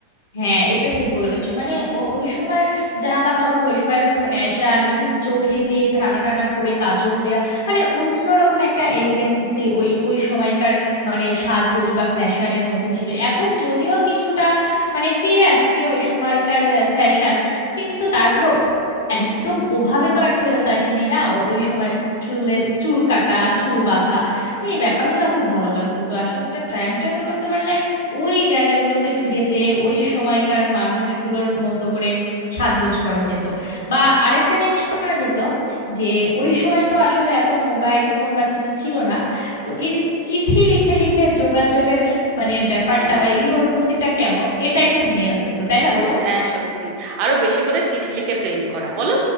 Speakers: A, on the left (about 65°); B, on the right (about 40°).
A: হ্যাঁ এটা ঠিক বলেছো মানে ও- ওই সময় জামা কাপড় ওই সময় ফ্যাশন এই যে চোখে যে টানা টানা করে কাজল দেয়া মানে অন্যরকম একটা এলিগেন্সি ওই ওই সময়কার মানে সাজগোজ বা ফ্যাশনের মধ্যে ছিল এখন যদিও কিছুটা মানে ফিরে আসছে ওই সময়কার ফ্যাশন কিন্তু তারপর একদম ওভাবে তো আর ফেরত আসেনি না ও- ওই সময় চুলের চুল কাটা চুল বাঁধা তো এই ব্যাপারগুলো খুব ভালো লাগতো তো আসলে টাইম ট্রাভেল করতে পারলে ওই জায়গাগুলোতে ফিরে যেয়ে ওই সময়কার মানুষগুলোর মতো করে সাজগোজ করা যেত বা আরেকটা জিনিস করা যেত যে ওই সময় তো আসলে এত মোবাইল ফোন বা কিছু ছিল না তো এই যে চিঠি লিখে লিখে যোগাযোগের মানে ব্যাপারটা
B: হ্যাঁ
A: বা এই অনুভূতিটা কেমন এটা একটু নিয়ে যেত তাই না বলো
B: হ্যাঁ সত্যি আরো বেশি করে চিঠি লিখে প্রেম করা বলো